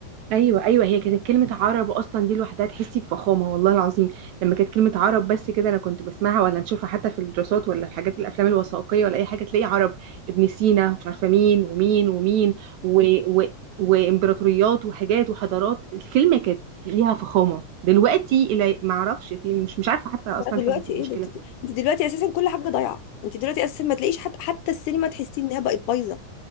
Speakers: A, on the right; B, on the left.
A: ايوه ايوه هي كانت كلمه عرب اصلا دي لوحدها تحسي بفخامه والله العظيم لما كانت كلمه عرب بس كده انا كنت بسمعها ولا نشوفها حتى في الدراسات ولا الحاجات الافلام الوثائقيه ولا اي حاجه تلاقي عرب ابن سينا مش عارفه مين ومين ومين و... و... وامبراطوريات وحاجات وحضارات الكلمه كانت ليها فخامه دلوقتي الى ما اعرفش في مش مش عارفه حتى اصلا
B: لا دلوقتي
A: حدد المشكله
B: ايه ده انت
A: فين
B: انت دلوقتي اساسا كل حاجه ضايعه انت دلوقتي اساسا ما تلاقيش حتى حتى السينما تحسي انها بقت بايظه